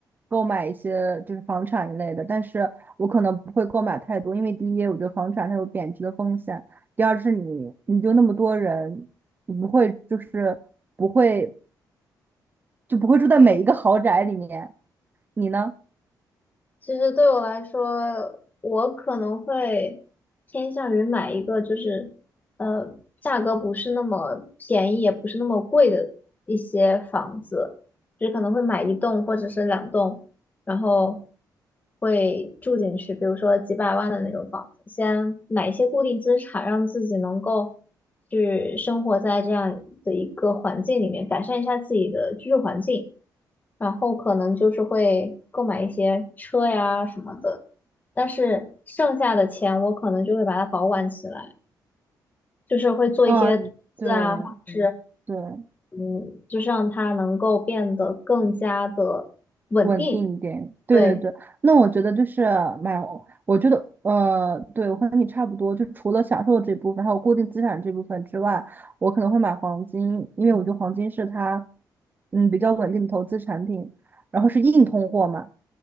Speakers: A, on the right; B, on the left.
A: 购买一些就是房产一类的，但是我可能不会购买太多，因为第一，我觉得房产它有贬值的风险；第二是你你就那么多人，你不会就是不会就不会住在每一个豪宅里面。你呢？
B: 其实对我来说，我可能会偏向于买一个就是呃价格不是那么便宜，也不是那么贵的一些房子，就是可能会买一栋或者是两栋，然后会住进去，比如说几百万的那种房子，先买一些固定资产，让自己能够去生活在这样的一个环境里面，改善一下自己的居住环境，然后可能就是会购买一些车呀什么的，但是剩下的钱我可能就会把它保管起来，就是会做一些投资啊，
A: 嗯，对
B: 或者嗯是
A: 对。
B: 嗯，就是让它能够变得更加的稳定，
A: 稳定一点，对对对，
B: 对。
A: 那我觉得就是买，我觉得呃，对，我和你差不多，就除了享受这部分，还有固定资产这部分之外，我可能会买黄金，因为我觉得黄金是它，嗯，比较稳定的投资产品，然后是硬通货嘛，